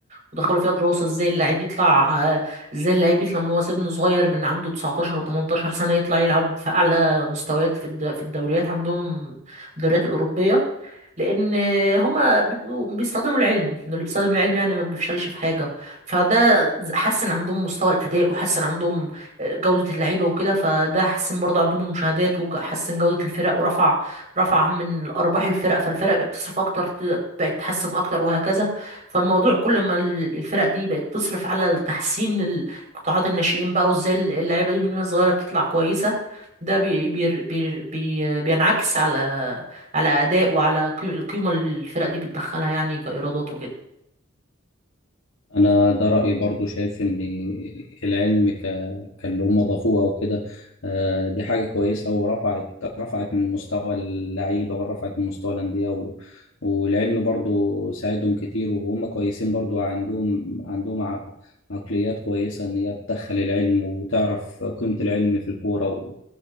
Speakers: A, on the right (about 40°); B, on the left (about 70°).
A: ودخلوا فيها دراسة ازاي اللاعب يطلع آه، ازاي اللاعب يطلع من هو سن صغير من عنده 19 و18 سنة يطلع يلعب في أعلى مستويات في الد- في الدوريات عندهم الدوريات الأوروبية لأن هما بيبقوا بيستخدموا العلم إنه اللي بيستخدم العلم يعني ما بيفشلش في حاجة فده حسن عندهم مستوى الأداء وحسن عندهم آه، جودة اللعيبة وكده فده حسن برضه عندهم المشاهدات وحسن جودة الفرق ورفع رفع من أرباح الفرق فالفرق بقت تصرف أكتر ت- بقت تحسن أكتر وهكذا فالموضوع كل ما ال- الفرق دي بقت تصرف على تحسين قطاعات الناشئين بقى وازاي ال- اللعيبه دي من وهي صغيره بتطلع كويسه ده بي بي بي بي بينعكس على على اداء وعلى قي- القيمه اللي الفرق دي بتدخلها يعني كايرادات وكده
B: أنا ده رأيي برضو شايف إن العلم ك... كاللي هم ضافوه أو كده آه، دي حاجة كويسة ورفعت رفعت من مستوى اللعيبة ورفعت من مستوى الأندية و... والعلم برضو ساعدهم كتير وهم كويسين برضو عندهم عندهم ع... عقليات كويسة إن هي بتدخل العلم وتعرف قيمة العلم في الكورة و...